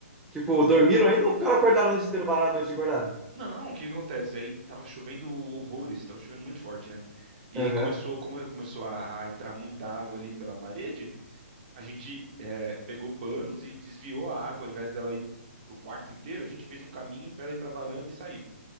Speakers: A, in the centre; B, on the right (about 40°).
A: tipo,
B: Então,
A: dormiram ainda ou ficaram acordados a noite inteira, pararam a noite acordado?
B: Não, o que que acontece? Aí tava chovendo horrores, tava chovendo muito forte, né? E
A: Aham.
B: aí começou, como começou a a entrar muita água ali pela parede, a gente eh, pegou panos e desviou a água, ao invés dela ir pro quarto inteiro, a gente fez um caminho para ela ir pra varanda e sair.